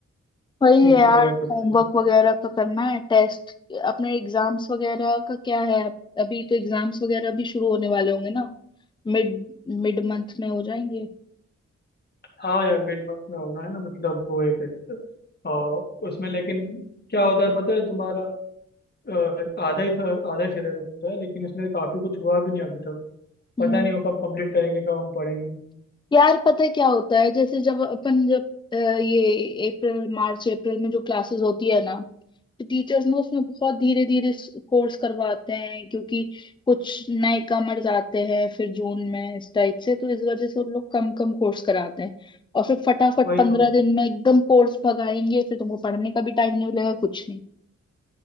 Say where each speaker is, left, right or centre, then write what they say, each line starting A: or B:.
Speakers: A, on the left (about 15°); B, on the left (about 35°).
A: वही
B: ठीक
A: है यार
B: है और बताइए
A: होमवर्क वगैरह का करना है टेस्ट अपने एग्जाम्स वगैरह का क्या है अभी तो एग्जाम्स वगैरह भी शुरू होने वाले होंगे ना मिड मिड मंथ में हो जाएंगे
B: हाँ यार मिड मंथ में होना है ना मतलब वो एक एक, आ, उसमें लेकिन क्या होता है पता है तुम्हारा आ, आधा ही था- आधा ही सिलेबस होता है लेकिन उसमें काफी कुछ हुआ भी नहीं अभी तक पता
A: हम्म
B: नहीं वो कब कंप्लीट करेंगे कब हम पढ़ेंगे
A: यार पता है क्या होता है जैसे जब अपन जब अ, ये अप्रैल मार्च अप्रैल में जो क्लासेस होती है ना तो टीचर्स ना उसमें बहुत धीरे धीरे कोर्स करवाते हैं क्योंकि कुछ नए कमर्स आते हैं फिर जून में इस टाइप से तो इस वजह से उन लोग कम कम कोर्स कराते हैं और फिर फटाफट
B: वही
A: पंद्रह
B: तो
A: दिन में एकदम कोर्स भगाएंगे फिर तुमको पढ़ने का भी टाइम नहीं मिलेगा कुछ नहीं